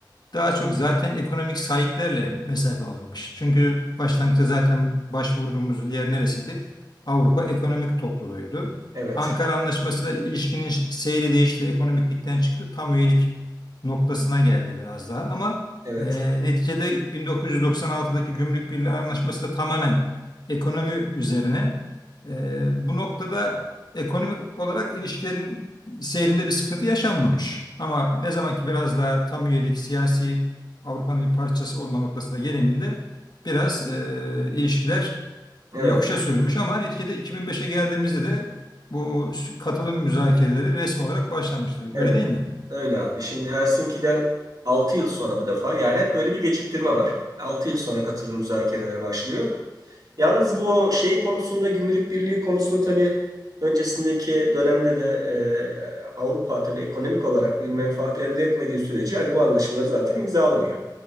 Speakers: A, on the left; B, on the right.
A: Daha çok zaten ekonomik sahiplerle mesafe alınmış. Çünkü başlangıçta zaten başvurduğumuz yer neresiydi? Avrupa Ekonomik Topluluğu'ydu.
B: evet,
A: Ankara Anlaşması'yla ilişkinin seyri değişti, ekonomiklikten çıktı, tam üyelik noktasına geldi biraz daha. Ama
B: evet,
A: e, neticede 1996'daki Gümrük Birliği Anlaşması da tamamen ekonomi üzerine. E, bu noktada ekonomik olarak ilişkilerin seyrinde bir sıkıntı yaşanmamış. Ama ne zaman ki biraz daha tam üyelik siyasi Avrupa'nın bir parçası olma noktasına gelininde biraz e, ilişkiler
B: evet,
A: yokuşa sürülmüş. Ama neticede 2005'e geldiğimizde de bu katılım müzakereleri resmi olarak başlamıştı.
B: evet.
A: Öyle değil mi?
B: Öyle abi. Şimdi Helsinki'den 6 yıl sonra bu defa yani hep böyle bir geciktirme var. 6 yıl sonra katılım müzakereleri başlıyor. Yalnız bu şey konusunda gümrük birliği konusunda tabii öncesindeki dönemde de e, Avrupa tabii ekonomik olarak bir menfaat elde etmediği sürece hani bu anlaşmaları zaten imzalamıyor.